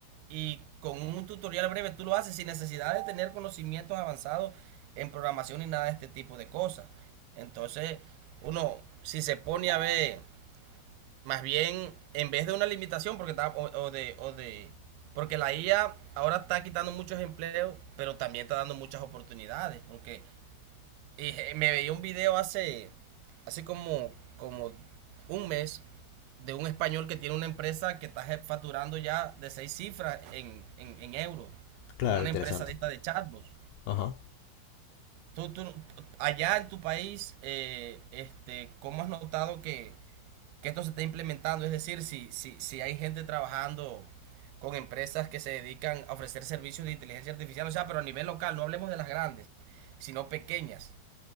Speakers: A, on the right; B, on the left.
A: y con un tutorial breve tú lo haces sin necesidad de tener conocimientos avanzados en programación ni nada de este tipo de cosas. Entonces, uno, si se pone a ver, más bien, en vez de una limitación, porque está, o, o de, o de, porque la IA ahora está quitando muchos empleos, pero también está dando muchas oportunidades, porque y eh, me veía un video hace, hace como, como un mes de un español que tiene una empresa que está je- facturando ya de seis cifras en, en, en euros
B: Claro,
A: con una
B: interesante.
A: empresa de esta de chatbots.
B: Ajá.
A: Tú, tú, allá en tu país, eh, este, ¿cómo has notado que, que esto se está implementando? Es decir, si, si, si hay gente trabajando con empresas que se dedican a ofrecer servicios de inteligencia artificial, o sea, pero a nivel local, no hablemos de las grandes, sino pequeñas.